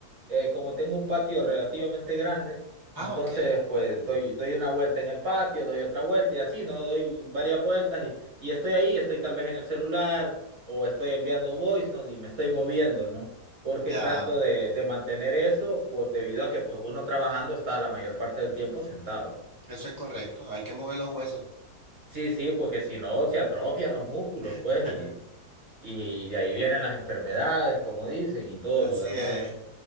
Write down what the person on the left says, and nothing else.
Ah,
ok,
ya,
eso es correcto, hay que mover los huesos.
<laughs>
Así
es.